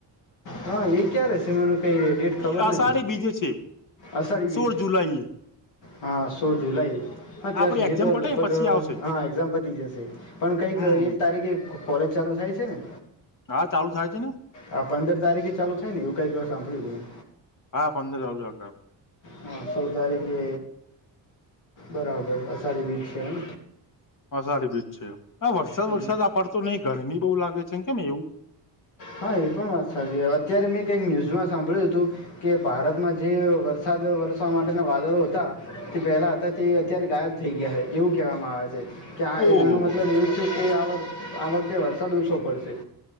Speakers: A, on the left; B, on the left.
A: હા એ ક્યારે છે એ મને કઈ ડેટ ખબર
B: એ અષાઢી
A: નથી.
B: બીજે છે
A: અષાઢી
B: સોળ
A: બીજ
B: જુલાઈ એ.
A: હા સોળ જુલાઈ. હા ત્યાં
B: આપડે
A: સુધી
B: એક્ઝામ
A: તો
B: પટે
A: લગભગ
B: ને પછી આવશે
A: હા એક્ઝામ પતી જશે પણ કઈક
B: હમ
A: એક તારીખે. કોલેજ ચાલુ થાય છે ને.
B: હા ચાલુ થાય છે ને.
A: આ પંદર તારીખે ચાલુ થાય ને એવું કઈ ક સાંભળ્યું તું.
B: હા પંદરે ગયો તો.
A: હા સોળ તારીખે બરાબર અષાઢી બીજ છે એમ.
B: અશાઢી બીજ છે હ વરસાદ
A: હમ
B: વરસાદ આ પડતો નહી ગરમી બઉુ લાગે છે કેમ એવું.
A: હા એ પણ વાત સાચી હે અત્યારે મેં કઈક ન્યુઝમાં સાંભળ્યું હતું. કે ભારતમાં જે વરસાદ વરસવા માટેના વાદળો હતા તે પહેલા હતા તે અત્યારે ગાયબ થઈ ગયા હે એવું કહેવામાં આવે. કે
B: ઓહ
A: એનો મતલબ એવું છે કે આ વખતે વરસાદ ઓછો પડશે.